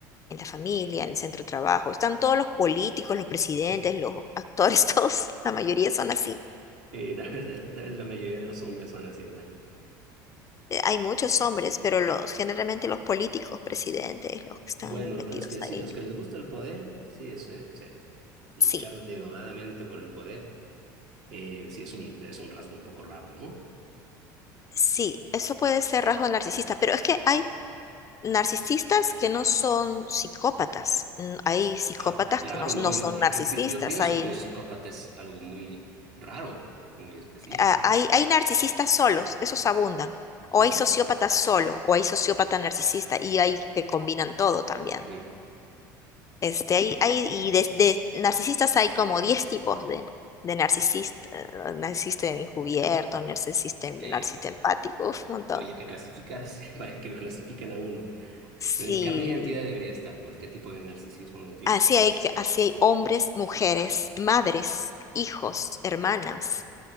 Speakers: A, on the left; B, on the right.
A: en la familia, en el centro de trabajo, están todos los políticos, los presidentes,
B: <laughs>
A: los actores, <laughs> todos, la mayoría son así.
B: Y tal vez, tal vez la mayoría de los hombres son así, ¿no?
A: Eh, Hay muchos hombres, pero los generalmente los políticos, presidentes, los que están
B: Bueno,
A: metidos
B: a los que sí,
A: ahí.
B: los que les gusta el poder, sí, eso es, o sea, luchar
A: Sí,
B: denodadamente por el poder, eh, sí es un, es un rasgo un poco raro, ¿no?
A: sí, eso puede ser rasgo narcisista, pero es que hay narcisistas que no son psicópatas, mm, hay psicópatas
B: Ah, claro,
A: que no,
B: no,
A: no
B: yo,
A: son
B: yo,
A: narcisistas,
B: yo pi- yo pienso
A: hay
B: que un psicópata es algo muy raro, muy específico,
A: ah,
B: ¿no?
A: hay, hay narcisistas solos, esos abundan. O
B: Claro.
A: hay sociópatas solo, o hay sociópata narcisista, y hay que combinan todo también.
B: Ujú.
A: Este, hay, hay, y de, de narcisistas hay como 10 tipos de, de narcisista, eh, narcisista encubierto, narcisista, narcisista
B: Eh,
A: empático, uf, un montón.
B: había que clasificarse <laughs> para que lo clasifiquen a uno.
A: Sí,
B: En el carnet de identidad debería estar, pues, qué tipo de narcisismo uno tiene.
A: así hay, así hay hombres, mujeres, madres, hijos, hermanas,